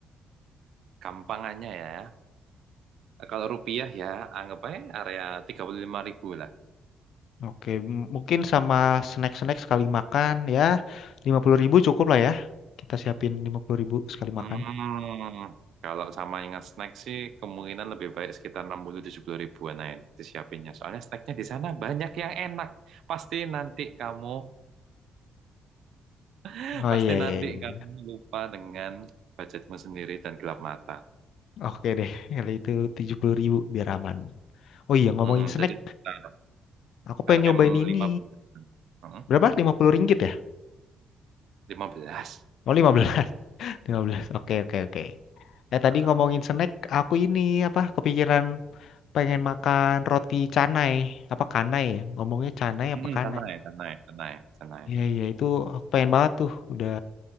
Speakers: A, on the right; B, on the left.
A: gampangannya ya. Kalau rupiah ya anggap aja area 35.000 lah.
B: Oke, m- mungkin sama snack-snack sekali makan ya, lima puluh ribu cukup lah ya. Kita siapin lima puluh ribu sekali
A: Hmm,
B: makan.
A: kalau sama ingat snack sih kemungkinan lebih baik sekitar enam puluh tujuh puluh ribuan aja disiapinnya. Soalnya snacknya di sana banyak yang enak. Pasti nanti kamu, <laughs>
B: Oh
A: pasti
B: iya, iya,
A: nanti
B: iya.
A: kamu lupa dengan budgetmu sendiri dan gelap mata.
B: Oke deh, <laughs> kalau itu tujuh puluh ribu biar aman. Oh iya, ngomongin
A: Mm-mm,
B: snack,
A: jadi sekitar
B: aku pengen
A: RM
B: nyobain ini.
A: 15. Mm-mm,
B: Berapa? 50 ringgit ya?
A: 15.
B: Oh, 15. lima belas Oke, oke, oke. Eh tadi
A: Heeh.
B: ngomongin snack, aku ini apa kepikiran pengen makan roti canai. Apa kanai ya? Ngomongnya canai apa
A: Mm-mm,
B: kanai?
A: sana ya, sana ya, sana ya, sana ya.
B: Iya, iya itu aku pengen banget tuh. Udah